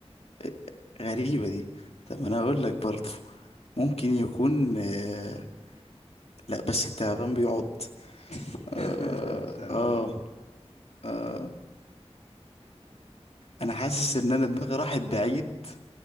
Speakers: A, on the left; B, on the left.
A: آه، غريبة دي طب ما انا اقول لك برضه ممكن يكون آه لا بس التعبان بيعض
B: <laughs>
A: اه
B: تمام
A: اه,
B: يا عم.
A: آه. انا حاسس ان انا دماغي راحت بعيد